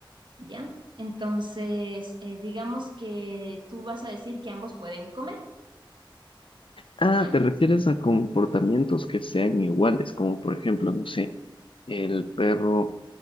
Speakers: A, on the right; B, on the left.
A: ¿Ya? Entonces, eh, digamos que tú vas a decir que ambos pueden comer,
B: Ah,
A: ¿ya?
B: ¿te refieres a comportamientos que sean iguales? Como por ejemplo, no sé, el perro.